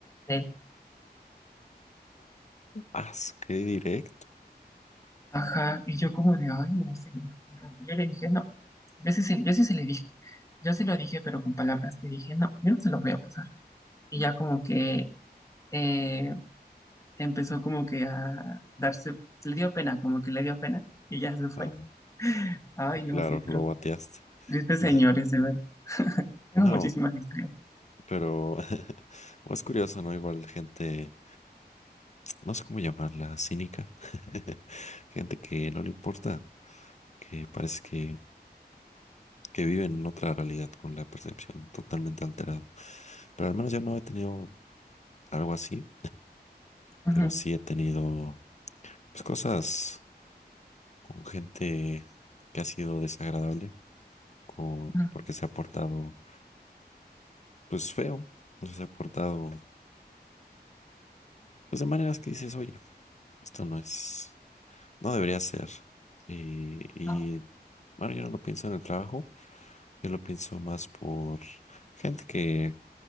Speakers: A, on the left; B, on the left.
A: de él.
B: Ah, su- qué directo.
A: Ajá, y yo como de, ay, no sé. Y Yo le dije, no, yo sí, se- yo sí se le dije, yo se lo dije, pero con palabras, le dije, no, yo no se lo voy a pasar. Y ya como que eh, empezó como que a darse, le dio pena, como que le dio pena, y ya se fue.
B: Ah,
A: Ay,
B: pues
A: no,
B: claro,
A: sí, pero
B: lo bateaste.
A: tristes
B: <laughs>
A: señores, de verdad. Tengo
B: No,
A: muchísimas historias.
B: pero <laughs> es curioso, ¿no? Igual gente. no sé cómo llamarla, cínica. <laughs> Gente que no le importa, que parece que, que vive en otra realidad con la percepción totalmente alterada. Pero al menos yo no he tenido algo así,
A: Ujú,
B: pero sí he tenido pues, cosas con gente que ha sido desagradable, con,
A: ujú,
B: porque se ha portado pues feo, o se ha portado pues de maneras que dices, oye, esto no es, no debería ser. Y, y
A: ujú.
B: bueno, yo no lo pienso en el trabajo Yo lo pienso más por gente que